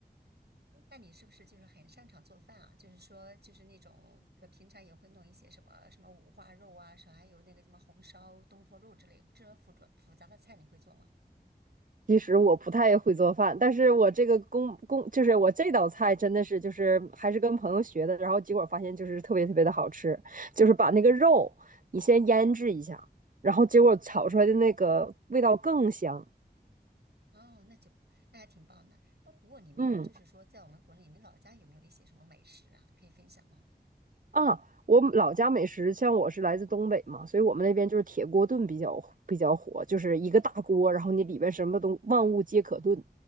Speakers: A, on the right; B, on the right.
A: 那你是不是就是很擅长做饭啊？就是说，就是那种呃，平常也会弄一些什么什么五花肉啊，什么还有那个什么红烧东坡肉之类，这种复杂复杂的菜你会做吗？
B: 其实我不太会做饭，但是我这个公公就是我这道菜真的是就是还是跟朋友学的，然后结果发现就是特别特别的好吃，就是把那个肉你先腌制一下，然后结果炒出来的那个味道更香。
A: 哦，那就那还挺棒的。那不过你们就是说，
B: 嗯
A: 在我们国内，你们老家有没有一些什么美食啊，可以分享吗？
B: 啊，我老家美食，像我是来自东北嘛，所以我们那边就是铁锅炖比较比较火，就是一个大锅，然后你里边什么都万物皆可炖，